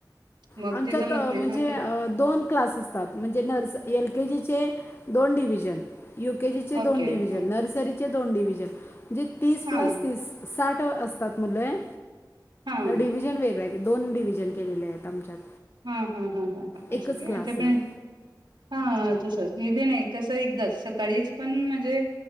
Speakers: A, on the right; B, on the left.
A: मग
B: आमच्यात
A: ते जमत नाही
B: म्हणजे
A: मग ते
B: दोन. क्लास असतात म्हणजे नर्स एल केजीचे दोन डिव्हजन. यू केे जीचे दोन
A: ओके
B: डविजन
A: हा
B: नर्सरीचे दोन डविजन म्हणजे तीस प्लस
A: हा
B: तीस. साठ असतात मुलं
A: हा
B: डिव्हजन वेगळ. दोन डिव्हिजन केलेले आहेत आमच्यात.
A: हा हा हा हा हा असंक
B: एकच क्लास
A: ज प.
B: नाही.
A: हा तस हेध नाही तसं एकदाच सकाळीच पण म्हणजे.